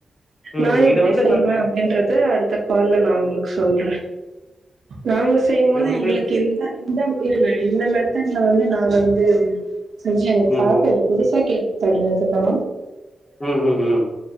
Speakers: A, on the left; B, on the right.
A: ம்
B: நா எப்டி
A: இத வந்து
B: செய்வ
A: நா
B: அப்டின்றது வந்து அடுத்த கால்ல நா உங்களுக்கு சொல்ற நாங்க செய்யும்போது
A: இது வந்து
B: எங்களுக்கு எந்த எந்த இருங்க இந்த மெத்தட்ல வந்து நா வந்து செஞ்சி எங்களுக்கு
A: ம்
B: பழக்கோ இல்ல புதுசா கேள்விபடுற இதெல்லா
A: ம் ம் ம்